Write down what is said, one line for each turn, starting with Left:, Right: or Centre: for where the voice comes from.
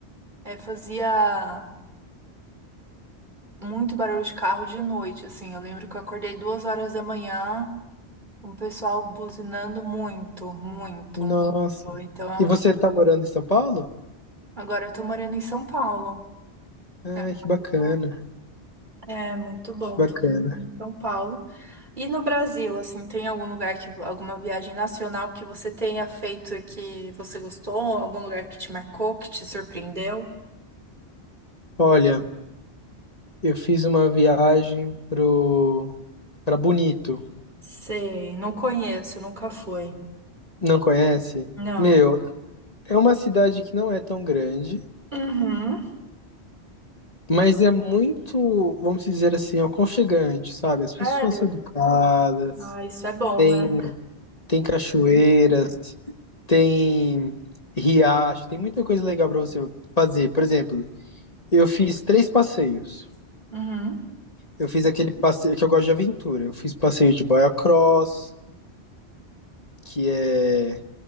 Right: é, fazia muito barulho de carro de noite, assim. Eu lembro que eu acordei duas horas da manhã. Um pessoal buzinando muito, muito,
Left: Nossa.
Right: muito. Então é
Left: E você
Right: um.
Left: tá morando em São Paulo?
Right: Agora eu tô morando em São Paulo.
Left: Ai,
Right: né?
Left: que bacana,
Right: Eu tô- É muito bom,
Left: que bacana.
Right: tô em São Paulo. E no Brasil, assim, tem algum lugar que alguma viagem nacional que você tenha feito e que você gostou? Algum lugar que te marcou, que te surpreendeu?
Left: Olha, eu fiz uma viagem pro para Bonito.
Right: Sei, não conheço, nunca fui.
Left: Não conhece?
Right: Não.
Left: Meu, é uma cidade que não é tão grande,
Right: Uhum.
Left: mas é muito, vamos dizer assim, aconchegante, sabe? As pessoas
Right: Sério?
Left: são educadas,
Right: Ah, isso é bom,
Left: tem
Right: né?
Left: tem cachoeiras, tem riacho, tem muita coisa legal para você fazer. Por exemplo, eu fiz três passeios.
Right: Uhum.
Left: Eu fiz aquele passeio que eu gosto de aventura. Eu fiz passeio de boia cross, que é